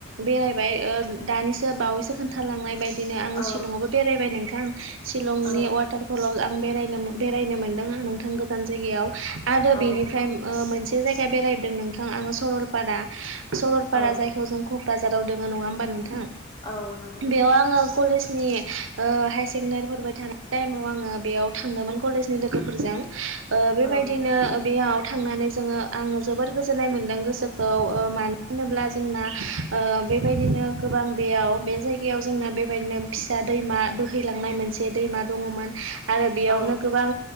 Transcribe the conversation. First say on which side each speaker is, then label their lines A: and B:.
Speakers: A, on the right; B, on the left.
A: बेरायबाय दानिसो बावैसो खोन्थालांनाय बायदि बिदिनो आङो
B: औ
A: सिलंआवबो बेरायबाय नोंथां सिलंनि
B: औ
A: वाटारफलाव आं बेरायनो बे रायनो मोनदों आं नोंथां गोजान जायगायाव आरो
B: औ
A: बेनिफ्राय
B: नंगौ
A: ओ
B: नोंथां
A: मोनसे जायगा बेरायदों नोंथां आङो सरलपारा सरलपारा
B: औ
A: जायखौ जों बाजाराव दङ नङा होनबा नोंथां
B: औ नंगौ नोंथां
A: बेयाव आङो कलेज नि ओ हायार सेकेण्डारि फरायबाय थानाय टाइमाव आङो बेयाव थांदोंमोन कलेज नि लोगोफोरजों ओ बेबायदिनो
B: औ नंगौ नोंथां
A: ओ बेयाव थांनानै जोङो आङो जोबोर गोजोन्नाय मोनदों गोसोखौ ओ मानो होनोब्ला जोंना ओ बेबायदिनो गोबां बेयाव बे जायगायाव जोंना बेबायदिनो फिसा दैमा बोहैलांनाय मोनसे दैमा दङ मोन‌ आरो बेयावनो
B: औ
A: गोबां